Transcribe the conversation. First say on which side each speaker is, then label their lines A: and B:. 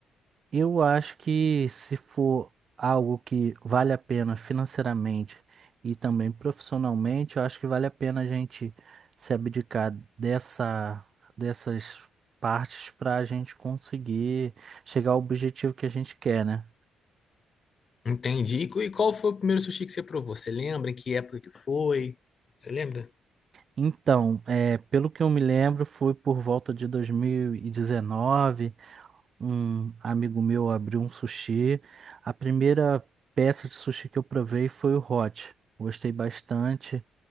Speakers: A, on the right; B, on the left.
A: Eu acho que se for algo que vale a pena financeiramente e também profissionalmente, eu acho que vale a pena a gente se abdicar dessa, dessas partes para a gente conseguir chegar ao objetivo que a gente quer, né?
B: Entendi. E qu- e qual foi o primeiro sushi que você provou? Você lembra? Em que época que foi? Você lembra?
A: Então, é, pelo que eu me lembro, foi por volta de 2019 um amigo meu abriu um sushi. A primeira peça de sushi que eu provei foi o hot. Gostei bastante.